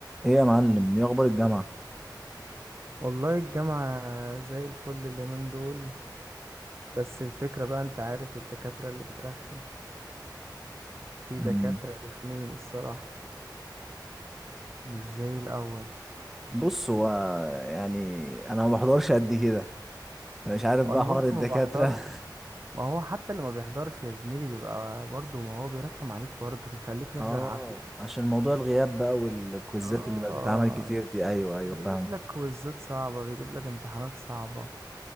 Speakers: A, in the centre; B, on the right (about 35°).
A: ايه يا معلم ايه اخبار الجامعه
B: والله الجامعة زي الفل اليومين دول بس الفكرة بقى انت عارف الدكاترة اللي بترخم في
A: مم.
B: دكاترة رخمين الصراحة مش زي الأول
A: بص هو يعني انا ما بحضرش قد كده مش عارف
B: وأنا
A: بقى حوار
B: برضو
A: الدكاتره
B: ما بحضرش
A: <laughs>
B: ما هو حتى اللي ما بيحضرش يا زميلي بيبقى برضو ما هو بيرخم عليك برضو بيخليك تحضر
A: اه
B: عافية
A: عشان موضوع الغياب بقى والكويزات
B: اه
A: اللي بقت بتتعمل كتير دي ايوه ايوه
B: بيجيب
A: فاهم
B: لك كويزات صعبة بيجيب لك امتحانات صعبة